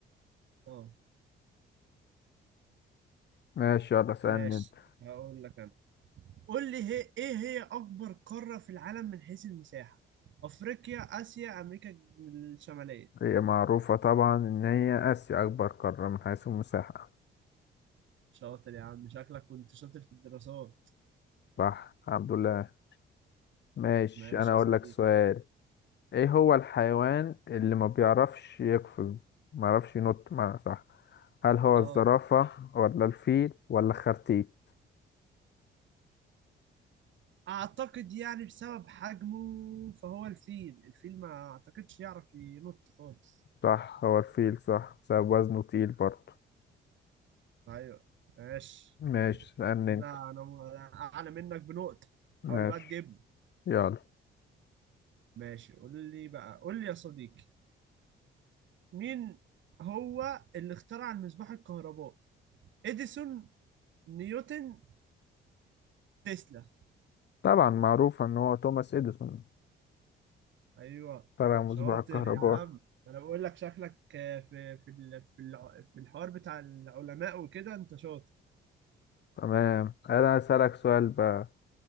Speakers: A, on the right; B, on the left.
A: أه
B: ماشي يلا سألني
A: ماشي
B: انت
A: هقول لك أنا قول لي هي إيه هي أكبر قارة في العالم من حيث المساحة؟ أفريقيا آسيا أمريكا الشمالية
B: هي معروفة طبعا ان هي اسيا اكبر قارة من حيث المساحة
A: شاطر يا عم شكلك كنت شاطر في الدراسات
B: صح الحمد لله ماشي
A: ماشي
B: انا اقول
A: يا صديقي
B: لك سؤال ايه هو الحيوان اللي ما بيعرفش يقفز ما يعرفش ينط معنى صح هل هو
A: اه
B: الزرافة ولا الفيل ولا الخرتيت
A: اعتقد يعني بسبب حجمه فهو الفيل الفيل ما اعتقدش يعرف ينط خالص
B: صح هو الفيل صح بسبب وزنه تقيل برضه
A: ايوه ماشي
B: ماشي سألني
A: كده
B: انت
A: انا اعلى منك بنقطة
B: ماشي
A: حاول بقى تجيبه
B: يلا
A: ماشي قول لي بقى قول لي يا صديقي مين هو اللي اخترع المصباح الكهربائي اديسون نيوتن تسلا
B: طبعا معروف ان هو توماس اديسون
A: ايوه
B: طلع مصباح
A: شاطر
B: الكهرباء
A: يا عم انا بقول لك شكلك آه، في في ال- في الع- في الحوار بتاع العلماء وكده انت شاطر
B: تمام انا اسالك سؤال بقى